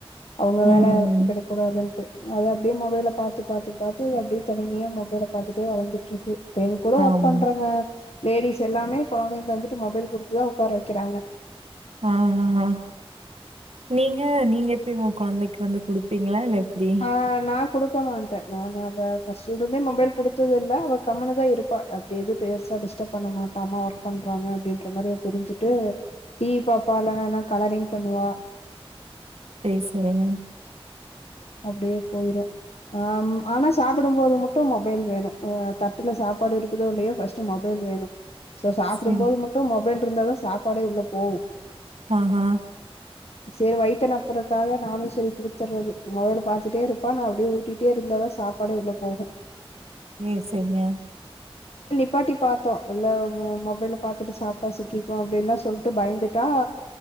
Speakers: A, on the left; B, on the right.
A: அவங்க
B: ம்.
A: வேல கெடக் கூடாதுன்ட்டு அது அப்படியே மொபைல பாத்து பாத்து பாத்து அப்டியே தனிமையா மொபைல பாத்துட்டே வளர்ந்துட்டு இருக்கு இப்ப எ கூட
B: ஆமா.
A: ஒர்க் பண்றங்க லேடிஸ் எல்லாமே குழந்தைங்க வந்துட்டு மொபைல் கொடுத்துதா உட்கார வைக்கிறாங்க
B: ஆஹ்ஹ்ஹ் நீங்க நீங்க எப்படி உங்க குழந்தைக்கு வந்து குடுப்பீங்களா இல்ல எப்டி?
A: ஆஹ் ந கொடுக்க மாட்ட நா அத பஸ்ட் இருந்தே மொபைல் குடுத்தது இல்ல அவ கம்மனுதா இருப்பா அப்படி எது பெருசா டிஸ்டர்ப் பண்ண மாட்ட அம்மா ஒர்க் பண்றாங்க அப்படின்ற மாரிய புரி்ஞ்சுட்டு டீவி பாப்பா இல்னா என்னா கலரிங் பண்ணுவா
B: சரி சரிங்க
A: அப்படியே போயிரு அஹ் ஆனா சாப்பிடும்போது மட்டு மொபைல் வேணு தட்டுல சாப்பாடு இருக்குதோ இல்லையோ ஃபஸ்ட் மொபைல் வேணு சோ சாப்பிடும்
B: சரி.
A: போது மட்டு மொபைல் இருந்தாதா சாப்பாடே உள்ள போகு
B: ஆஹ் ஹ்
A: சரி வைத்த நெப்புறக்காக நானு சரி குடுத்துர்றது மொபல பாத்துட்டே இருப்பா நா அப்படியே ஊட்டிட்டே இருந்தாதா சாப்பாடே உள்ள போகு
B: ம் சரிங்க
A: நிபாட்டி பார்த்தோ இல்ல மொபைல பாாரத்துட்டு சாப்பிட்டா சிக்கிக்கு அப்படின்னுல்லா சொல்லிட்டு பயந்துட்டா